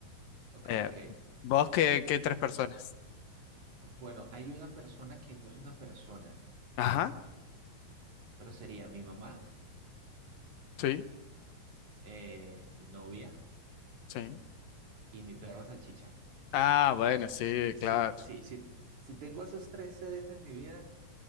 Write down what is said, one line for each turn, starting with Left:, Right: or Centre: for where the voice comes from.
Right: ok,
Left: Eh,
Right: ok.
Left: ¿vos qué, qué tres personas?
Right: Bueno, hay una persona que no es una persona,
Left: Ajá,
Right: pero sería mi mamá,
Left: sí,
Right: eh, mi novia
Left: sí.
Right: y mi perra salchicha.
Left: Ah, bueno, sí,
Right: Sí, sí,
Left: claro,
Right: sí, sí. Si tengo esos tres seres en mi vida,